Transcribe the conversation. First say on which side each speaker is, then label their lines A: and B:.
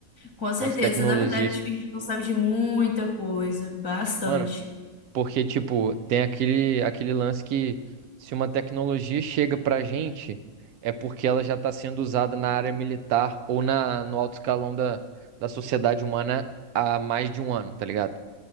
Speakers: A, on the left (about 15°); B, on the right (about 85°).
A: Com certeza.
B: Quantas tecnologias?
A: Na verdade, acho que a gente não sabe de muita coisa. Bastante.
B: Mano, porque, tipo, tem aquele, aquele lance que se uma tecnologia chega pra gente, é porque ela já tá sendo usada na área militar ou na, no alto escalão da, da sociedade humana há mais de um ano, tá ligado?